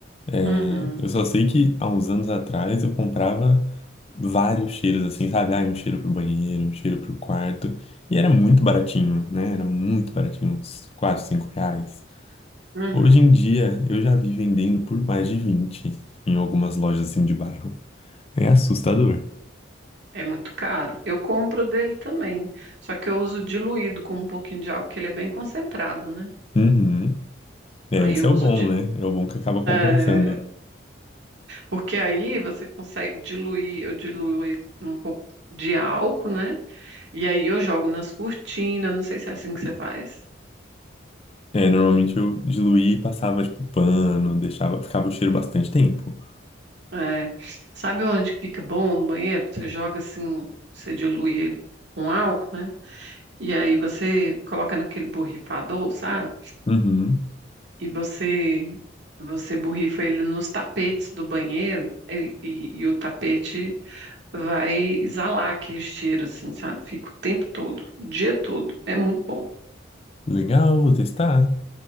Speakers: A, on the left (about 30°); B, on the right (about 65°).
A: É,
B: Uhum,
A: eu só sei que há uns anos atrás eu comprava vários cheiros, assim, sabe? Ah, um cheiro pro banheiro, um cheiro pro quarto. E era muito baratinho, né? Era muito baratinho, uns 4, 5 reais.
B: uhum.
A: Hoje em dia eu já vi vendendo por mais de 20 em algumas lojas assim de bairro. É assustador.
B: É muito caro. Eu compro dele também, só que eu uso diluído com um pouquinho de álcool, que ele é bem concentrado, né?
A: Uhum. É,
B: Aí
A: esse
B: eu
A: é
B: uso
A: o bom,
B: de
A: né? É o bom que acaba compensando.
B: é, Porque aí você consegue diluir, eu diluo ele um pouco de álcool, né? E aí eu jogo nas cortinas, não sei se é assim que você faz.
A: É, normalmente eu diluía e passava, tipo, pano, deixava, ficava o cheiro bastante tempo.
B: É. Sabe onde que fica bom no banheiro? Você joga assim, você dilui ele com álcool, né? E aí você coloca naquele borrifador, sabe?
A: Uhum.
B: E você você borrifa ele nos tapetes do banheiro e, e- e o tapete vai exalar aqueles cheiros, assim, sabe? Fica o tempo todo, o dia todo. É muito bom.
A: Legal, vou testar.